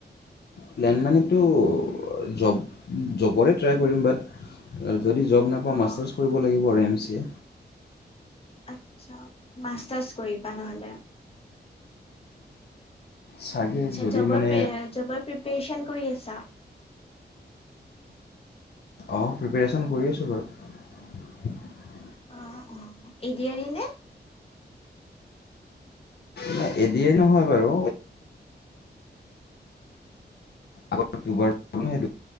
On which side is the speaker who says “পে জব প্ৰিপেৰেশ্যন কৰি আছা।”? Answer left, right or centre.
Left